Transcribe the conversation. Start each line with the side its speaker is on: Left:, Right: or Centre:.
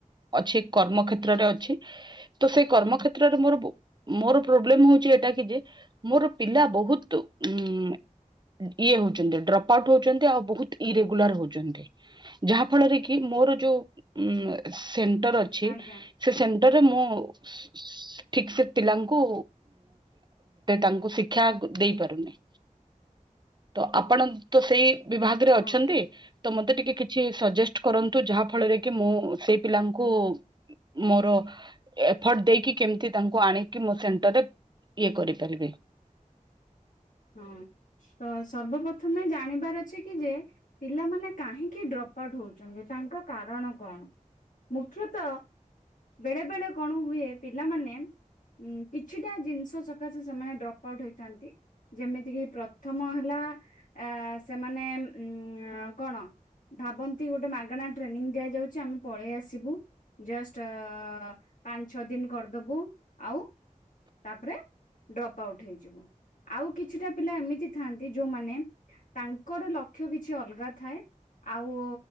Right: ଅଛି କର୍ମ କର୍ମକ୍ଷେତ୍ରରେ ଅଛି। ତ ସେଇ କର୍ମ କ୍ଷେତ୍ରରେ ମୋର ମୋର ପ୍ରୋବ୍ଲେମ ହଉଛି ଏଇଟା କି ଯେ ମୋର ପିଲା ବହୁତ ଉଁ ଉଁ ଇଏ ହଉଛନ୍ତି ଡ୍ରପ୍ ଆଉଟ୍ ହଉଛନ୍ତି ଆଉ ବହୁତ ଇରେଗୁଲାର ହଉଛନ୍ତି। ଯାହା ଫଳରେ କି ମୋର ଯୋଉ ଉ ସେଣ୍ଟର ଅଛି
Left: ଆଜ୍ଞା
Right: ସେ ସେଣ୍ଟରରେ ମୁଁ ଠିକ ସେ ପିଲା ଙ୍କୁ ତାଙ୍କୁ ଶିକ୍ଷା ଦେଇ ପାରୁନି। ତ ଆପଣ ତ ସେଇ ବିଭାଗରେ ଅଛନ୍ତି
Left: ଓକେ
Right: ତ ମତେ ଟିକେ କିଛି ସଜେଷ୍ଟ କରନ୍ତୁ ଯାହା ଫଳରେ କି ମୁଁ ସେ ପିଲାଙ୍କୁ ମୋର ଏଫର୍ଟ ଦେଇକି କେମିତି ତାଙ୍କୁ ଆଣିକି ମୋ ସେଣ୍ଟରରେ ଇଏ କରିପାରିବି।
Left: ହଁ ତ ସର୍ବପ୍ରଥମେ ଜାଣିବାର ଅଛି କି ଯେ ପିଲାମାନେ କାହିଁକି ଡ୍ରପ୍ ଆଉଟ୍ ହଉଛନ୍ତି ତାଙ୍କ କାରଣ କଣ? ମୁଖ୍ୟତଃ ବେଳେ ବେଳେ କଣ ହୁଏ ପିଲାମାନେ ଉଁ କିଛିଟା ଜିନିଷ ସକାଶେ ସେମାନେ ଡ୍ରପ୍ ଆଉଟ୍ ହେଇଥାନ୍ତି। ଯେମିତି କିି ପ୍ରଥମ ହେଲା ଆ ସେମାନେ ଉ କଣ? ଭାବନ୍ତି ଗୋଟେ ମାଗଣା ଟ୍ରେନିଂ ଦିଆଯାଉଛି ଆମେ ପଳେଇ ଆସିବୁ। ଜଷ୍ଟ ପାଞ୍ଚ ଛଅ ଦିନ କରିଦବୁ ଆଉ ତାପରେ ଡ୍ରପ ଆଉଟ୍ ହେଇଯିବୁ। ଆଉ କିଛିଟା ପିଲା ଏମିତି ଥାଆନ୍ତି ଯୋଉମାନେ ତାଙ୍କର ଲକ୍ଷ୍ୟ କିଛି ଅଲଗା ଥାଏ। ଆଉ